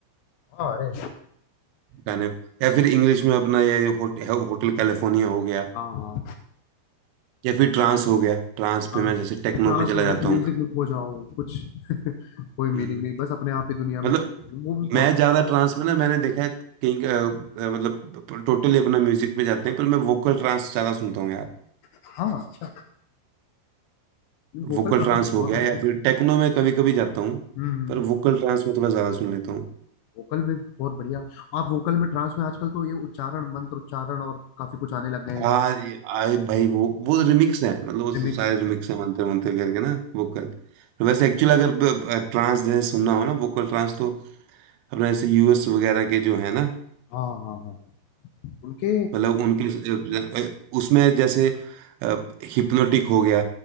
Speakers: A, on the left; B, on the right.
A: हाँ अरे
B: गाने या फिर इंग्लिश में अपना ये होट, होटल कैलिफोर्निया हो गया
A: हाँ हाँ
B: या फिर ट्रांस हो गया ट्रांस
A: ट्रांस
B: पे मैं जैसे टेक्नो
A: ट्रांस
B: पे चला
A: में
B: जाता
A: बस म्यूजिक
B: हूँ
A: में खो जाओ कुछ <laughs> कोई
B: हम्म।
A: मीनिंग नहीं बस अपने आप ही दुनिया में
B: मतलब
A: वो भी बहुत
B: मैं ज्यादा ट्रांस में ना मैंने देखा है कहीं अ, अ, मतलब टोटली अपना म्यूजिक पे जाते हैं पर मैं वोकल ट्रांस ज्यादा सुनता हूँ यार
A: हाँ वोकल
B: वोकल
A: ट्रांस
B: ट्रांस हो
A: बहुत
B: गया
A: आजकल
B: या फिर टेक्नो में कभी कभी जाता हूँ
A: हम्म
B: पर वोकल ट्रांस में थोड़ा ज्यादा सुन लेता हूँ
A: वोकल में बहुत बढ़िया आप वोकल में ट्रांस में आजकल तो ये उच्चारण मंत्र उच्चारण और काफी कुछ आने लग गए हैं
B: आ, ये- आ ये भाई वो वो रिमिक्स है मतलब वो
A: रिमिक्स
B: तो सारे रिमिक्स है मंत्र मंत्र करके ना वोकल तो वैसे एक्चुअली अगर ट्रांस जैसे सुनना हो ना वोकल ट्रांस तो अपना जैसे यूएस वगैरह के जो है ना
A: हाँ हाँ हाँ हाँ उनके
B: मतलब उनके अ, अ, उसमें जैसे हिप्नोटिक हो गया